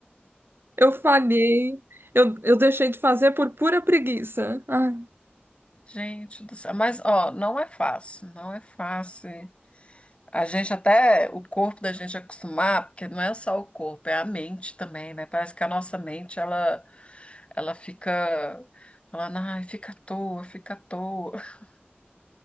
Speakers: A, on the right; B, on the left.
A: Eu falhei, eu, eu deixei de fazer por pura preguiça. Ai,
B: Gente do céu, mas ó, não é fácil, não é fácil. A gente até, o corpo da gente acostumar, porque não é só o corpo, é a mente também, né? Parece que a nossa mente, ela, ela fica falando, ai, fica à toa, fica à toa. <laughs>